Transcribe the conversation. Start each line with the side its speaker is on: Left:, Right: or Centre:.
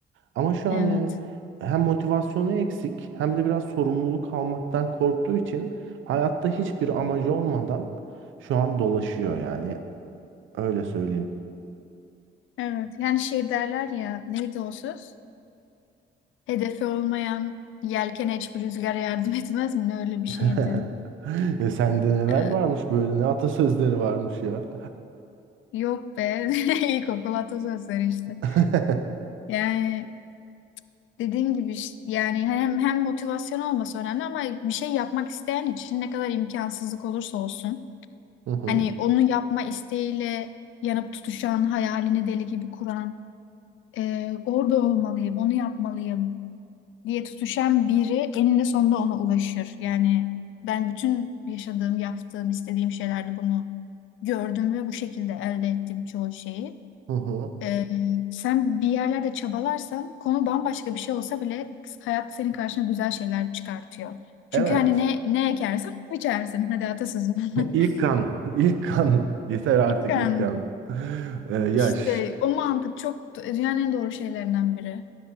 Right: Ama şu
Left: Evet.
Right: an yani hem motivasyonu eksik hem de biraz sorumluluk almaktan korktuğu için hayatta hiçbir amacı olmadan şu an dolaşıyor yani. Öyle söyleyeyim.
Left: Evet. Yani şey derler ya neydi o söz? Hedefi olmayan yelken hiçbir rüzgara yardım etmez mi? Ne öyle bir
Right: <laughs>
Left: şeydi.
Right: E, Sende neler
Left: Ee,
Right: varmış böyle ne atasözleri varmış ya.
Left: yok be. <laughs> İlkokul atasözleri işte.
Right: <laughs>
Left: Yani dediğim gibi iş- yani hem, hem motivasyon olması önemli ama bir şey yapmak isteyen için ne kadar imkansızlık olursa olsun.
Right: Hı hı,
Left: Hani onu yapma isteğiyle yanıp tutuşan, hayalini deli gibi kuran e, orada olmalıyım, onu yapmalıyım diye tutuşan biri eninde sonunda ona ulaşır. Yani ben bütün yaşadığım, yaptığım, istediğim şeylerde bunu gördüm ve bu şekilde elde ettim çoğu şeyi.
Right: hı hı.
Left: E, sen bir yerlerde çabalarsan konu bambaşka bir şey olsa bile hayat senin karşına güzel şeyler çıkartıyor. Çünkü
Right: Evet.
Left: hani ne ne ekersen onu biçersin. Hadi atasözüm. <laughs>
Right: İlk kan, ilk kan. <laughs> Yeter artık
Left: Yani
Right: ilk kan. <laughs> Ee, ya
Left: işte
Right: ş-
Left: o mantık çok dünyanın en doğru şeylerinden biri.